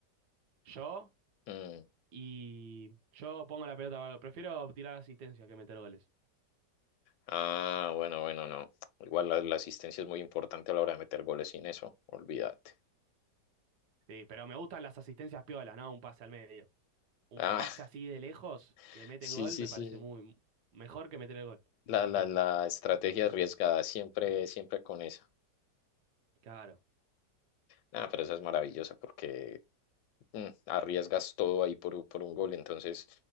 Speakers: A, on the right; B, on the left.
A: Yo
B: Mm,
A: y yo pongo la pelota, prefiero tirar asistencia que meter goles.
B: Ah, bueno, bueno, no. Igual la, la asistencia es muy importante a la hora de meter goles sin eso, olvídate.
A: Sí, pero me gustan las asistencias piolas, ¿no? Un pase al medio. Un
B: Ah,
A: pase así de lejos que
B: <laughs>
A: meten
B: sí,
A: gol
B: sí,
A: me
B: sí.
A: parece muy mejor que meter el gol, por
B: La, la,
A: ejemplo.
B: la estrategia arriesgada, siempre, siempre con esa.
A: Claro,
B: Nada, pero esa es maravillosa porque mm, arriesgas todo ahí por, un- por un gol, entonces,